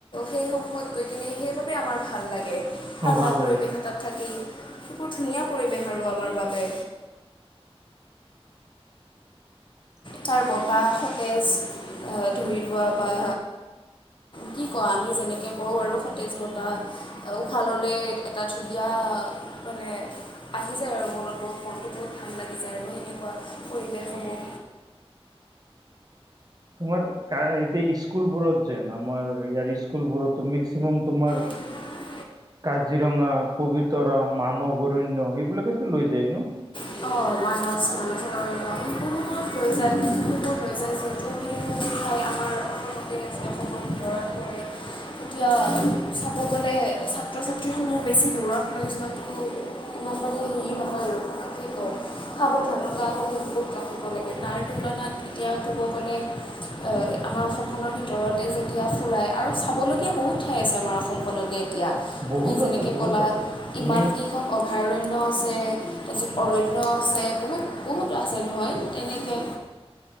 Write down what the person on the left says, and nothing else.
সেইসমূহত গৈ কিনে সেইবাবে ভাল লাগে। ঠাণ্ডা
পৰিৱেশ
এটাত থাকি এইবোৰ ধুনীয়া পৰিৱেশ আৰু আমাৰ বাবে।
তাৰ বতাহ সতেজ, অ ধৰি লোৱা বা কি কঅ আমি যেনেকে কওঁ আৰু সতেজ বতাহ। তই উশাহ ল'লে এটা ধুনীয়া মানে আহি যায় আৰু মনত বহুত মনটো বহুত ভাল লাগি যায় আৰু সেনেকুৱা পৰিৱেশসমূহ
<unintelligible>
অ, মানস <unintelligible> লৈ যায় সবোৰ লৈ যায় যিহেতু সেই সমূহ ঠাই আমাৰ অসমতে আছে অসমৰ ভিতৰতে পৰে। এতিয়া চাব গ'লে ছাত্ৰ ছাত্ৰীসমূহ বেছি দূৰত লৈ যোৱাটো <unintelligible> সাৱধানতাসমূহ <unintelligible> ৰাখিব লাগে তাৰ তুলনাত এতিয়া ক'ব গ'লে অ, আমাৰ অসমখনৰ ভিতৰতে যেতিয়া ফুৰাই আৰু চাবলগীয়া বহুত ঠাই আছে আমাৰ অসমখনতে এতিয়া।
তুমি যেনেকে
ক'লা
ইমান কেইখন অভয়াৰণ্য আছে, তাৰপিছত অৰণ্য আছে বহুত বহুত আছে নহয় এনেকে